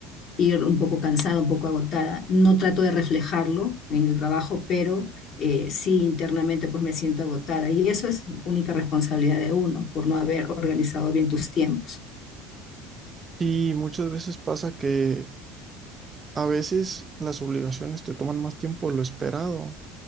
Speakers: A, on the left (about 55°); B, on the right (about 25°).
A: ir un poco cansada, un poco agotada. No trato de reflejarlo en el trabajo, pero eh, sí internamente pues me siento agotada y eso es única responsabilidad de uno por no haber organizado bien tus tiempos.
B: Y muchas veces pasa que a veces las obligaciones te toman más tiempo de lo esperado.